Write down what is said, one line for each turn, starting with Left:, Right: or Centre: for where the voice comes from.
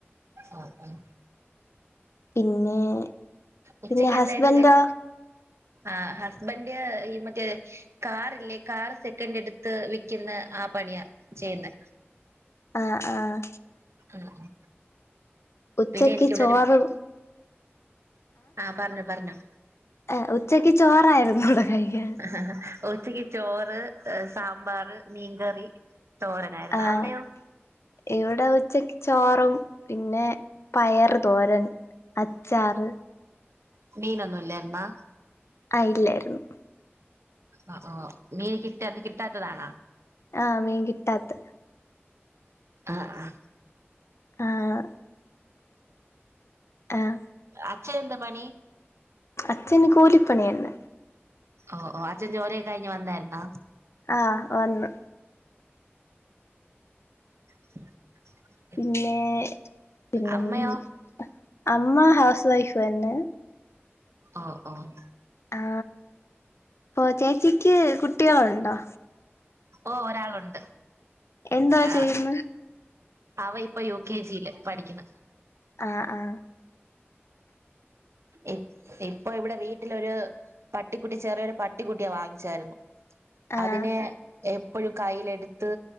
Right: ആഹ് ആഹ്.
Left: പിന്നെ
Right: ഉച്ചക്ക്
Left: പിന്നെ ഹസ്ബൻഡോ
Right: എന്തായിരുന്നു കഴി ആഹ് ഹസ്ബൻഡ് ഈ മറ്റേ കാറ് ഇല്ലേ കാർ സെക്കന്റടുത്ത് ത്ത് വിക്കുന്ന ആ പണിയാ ചെയ്യുന്നെ.
Left: ആഹ് ആഹ്.
Right: ഉം ഉം.
Left: ഉച്ചക്ക്
Right: പിന്നെ എനിക്കിവിടൊരു
Left: ചോറ്
Right: ആഹ് പറഞ്ഞോ പറഞ്ഞോ.
Left: ഏഹ് ഉച്ചക്ക് ചോറായിരുന്നു ഇവിടെ
Right: <inaudible>
Left: കഴിക്കാൻ
Right: ഒച്ചക്ക് ചോറ് സാമ്പാറ് മീൻകറി തോരനായിരുന്നു
Left: ആഹ്
Right: അവിടെയോ?
Left: ഇവിടെ ഉച്ചക്ക് ചോറും പിന്നെ പയറ് തോരൻ അച്ചാറ്
Right: മീന ഒന്നും ഇല്ലാർന്നോ?
Left: ആ ഇല്ലായിരുന്ന്.
Right: ഒ ഓ മീൻ കിട്ടാത്ത് കിട്ടാത്തതാണോ?
Left: ആമീൻ കിട്ടാത്ത്.
Right: ആഹ് ആഹ്
Left: ആഹ് ആഹ്
Right: അച്ഛ എന്താ പണി?
Left: അച്ഛന് കൂലിപ്പണിയാണ്.
Right: ഓഓ അച്ഛൻ ജോലിയൊ കഴിഞ്ഞ് വന്നായിരുന്നോ?
Left: ആ വന്നു
Right: <inaudible>
Left: പിന്നെ, പിന്നെ
Right: അമ്മയോ
Left: മ് അമ്മ ഹൗസ് വൈഫെന്നെ.
Right: ആഹ് ആഹ്
Left: ആ പ്പൊ ചേച്ചിക്ക് കുട്ടികളുണ്ടോ?
Right: ഓ ഒരാളുണ്ട്.
Left: എന്താ
Right: ആ,
Left: ചെയ്യുന്നേ?
Right: അവ ഇപ്പ യു കെ ജിയില് പഠിക്കണ്.
Left: ആഹ് ആഹ്
Right: ഇപ്പ് ഇപ്പൊ വിടെ വീട്ടിലൊരു പട്ടിക്കുട്ടി ചെറിയൊരു പട്ടിക്കുട്ടിയെ വാങ്ങിച്ചാരുന്നു
Left: ആഹ്
Right: അതിനെ എപ്പഴും കയ്യിലെടുത്ത്